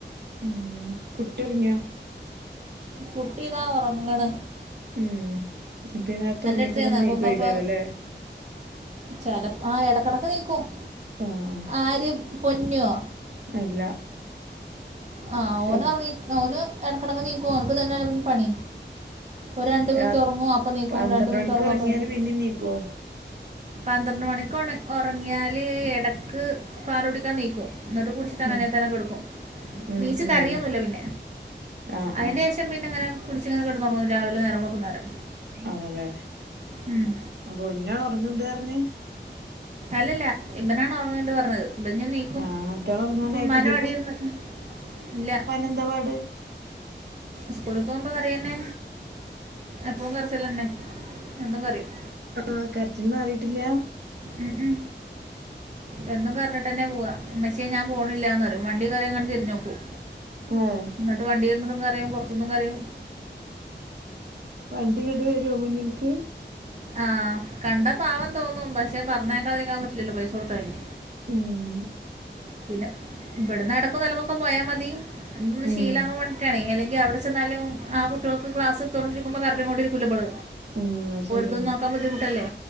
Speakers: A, on the right; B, on the right.
A: ഉം കുട്ട്യോറങ്ങിയാ
B: കുട്ടിതാ ഒറങ്ങ്ണ്
A: ഉം ഇപ്പയീ നേരത്ത ഒറങ്ങിട്ട്
B: അടുത്ത് ചെന്ന്
A: ന്നിട്ട്
B: അപ്പം
A: നീക്കൊയ്ക്കാരലേ?
B: ഉമ്മ ഇപ്പം ചില ആ ഇടക്കിടക്ക് നീക്കും
A: ആഹ്
B: ആര് പൊന്നോ
A: അല്ല
B: ആ
A: ചെറുത്
B: ഓനൊറങ്ങി ഓന് എടക്കിടക്ക് നീക്കും ഓൻക്ക് ഇതന്നെല്ലെ പണി ഓൻ രണ്ടു മിനിറ്റൊറങ്ങും
A: രാ
B: അപ്പ നീക്കും
A: പന്ത്രണ്ട്
B: രണ്ട്മിനിറ്റൊറങ്ങും
A: മണിക്ക് ഉറങ്ങിയാല്
B: അപ്പം നീക്കും
A: പിന്നേം നീക്കുവോ
B: പന്ത്രണ്ട് മണിക്ക് ഒണ ഒറങ്ങിയാല് എടക്ക് പാലുടിക്കാ നീക്കും ഇന്നെട്ട് കുടിച്ചിട്ടങ്ങനെതന്നെ
A: ഉം
B: കെട്ക്കും
A: ഉം
B: നീച്ച്
A: ഉം
B: കരയൊന്നുല്ല പിന്നെ
A: ആഹ്
B: അയിന്റേഷം
A: ആഹ്
B: പിന്നെങ്ങെനെ കുടിച്ചിങ്ങനെ കെടന്നൊറങ്ങും രാവിലെ നേരം വെളുക്കുന്ന വരെ
A: അതെല്ലേ
B: ഉം.
A: ആഹ് പൊന്നുവാണ് ഒറങ്ങ്ണ്ടർഞ്ഞെ?
B: അല്ലല്ല ഇബനാണ് ഒറങ്ങ്ണ്ട് പർഞ്ഞത് ഇബഞ് നീക്കും
A: ആഹ് മറ്റേള് ഉറങ്ങാനായിട്ടില്ലേ
B: ഇപ്പമ്മാന്റെ മടീര്ന്ന് ഇല്ല
A: എന്തപാട്?
B: സ്കൂളി പോകുമ്പോ കരയന്നെ എപ്പഴും കരച്ചിലെന്നെ എന്നും കരയും
A: ആഹ് ആ കരച്ചില് മാറിയിട്ടില്ല്യ?
B: മ്ഹ് മ്ഹ് എന്നും കരഞ്ഞിട്ടന്നെ പോവാ ഇമ്മച്ചിയെ ഞാം പോണില്ലാന്നറിയും വണ്ടി കയറിയെങ്ങെട്ട് തിരിഞ്ഞോക്കും
A: ഏഹ്
B: ഇന്നെട്ട് വണ്ടിലിരുന്ന്ട്ടും കരയും പൊറത്തുന്നും കരയും
A: വണ്ടിങ്ങെട്ട് വെരോ മുന്നിൽക്ക്?
B: ആഹ് കണ്ടാ പാവം തോന്നും പക്ഷെ പറഞ്ഞേക്കാതിരിക്കാം പറ്റില്ലല്ലോ പൈസ കൊടുത്തയെല്ലേ?
A: ഉംഹ്
B: പിന്നെ ഇവട്ന്ന് ഇടക്കും തെലക്കൊക്കെ പോയാ മതി ഒന്ന്
A: ഉം
B: ശീലാവാം മാണ്ടി ക്കാണെ എല്ലെങ്കി അവിടെ ചെന്നാലും ആ കുട്ടിയോൾക്ക് ക്ലാസ്ട്ത്തോണ്ടിരിക്കുമ്പോ കരഞ് കൊണ്ട് രിക്കില്ലവെള്
A: ഉം അഹ്ശെരിയാ
B: ഇതൊന്ന് നോക്കാം ബുദ്ധിമുട്ടല്ലേ?